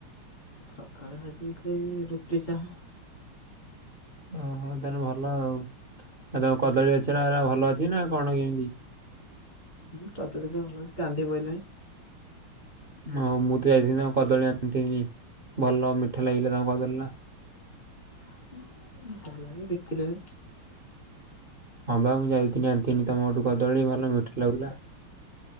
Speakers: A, on the left; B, on the right.
A: ସକାଳେ ହେ ସେ ରୁଟି ଚାହା।
B: ଓହୋ ତାହେଲେ ଭଲ ଆଉ। ଆ ତମ କଦଳୀ ଗଛ ଗୁରା ଭଲ ଅଛି ନା କଣ କେମିତି?
A: ହଁ କଦଳୀ ଗଛ ଭଲ ଅଛି କାନ୍ଦି ପଇଲାଣି।
B: ଓ ମୁଁ ତ ଯାଇଥିଲି ତମ କଦଳୀ ଆଣିଥିନି। ଭଲ ମିଠା ଲାଗିଲା ତମ କଦଳୀ ଟା।
A: ଭଲ <unintelligible>
B: ହଁ ବା ମୁଁ ଯାଇଥିଲିନି ଆଣିନ୍ତିିନି ତମଘଠୁ କଦଳୀ। ଭଲ ମିଠା ଲାଗୁଥିଲା।